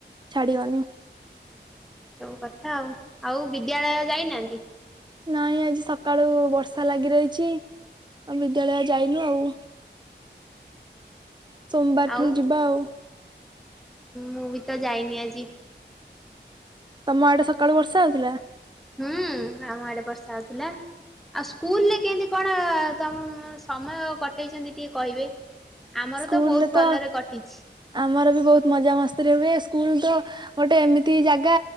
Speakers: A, on the right; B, in the centre.
A: ଛାଡିବନି।
B: ହଁ ସବୁ କଥା ଆଉ ଆଉ ବିଦ୍ୟାଳୟ ଯାଇନାହାନ୍ତି?
A: ନାଇଁ ଆଜି ସକାଳୁ ବର୍ଷା ଲାଗି ରହିଛି ଆଉ ବିଦ୍ୟାଳୟ ଯାଇନୁ ଆଉ। ସୋମବାର
B: ଆଉ
A: ଠାରୁ ଯିବା ଆଉ।
B: ମୁଁ ବି ତ ଯାଇନି ଆଜି।
A: ତମ ଆଡେ ସକାଳୁ ବର୍ଷା ହଉଥିଲା?
B: ହୁଁ ଆମ ଆଡେ ବର୍ଷା ହଉଥିଲା। ଆଉ ସ୍କୁଲରେ କେମିତି କଣ ତମ-ସମୟ କଟେଇଛନ୍ତି ଟିକେ କହିବେ? ଆମର
A: ସ୍କୁଲ୍
B: ବହୁତ
A: ରେ
B: ଭଲରେ
A: ତ
B: କଟିଛି।
A: ଆମର ବି ବହୁତ୍ ମଜା ମସ୍ତିରେ ହୁଏ ସ୍କୁଲ୍ ତ ଗୋଟେ ଏମିତି ଜାଗା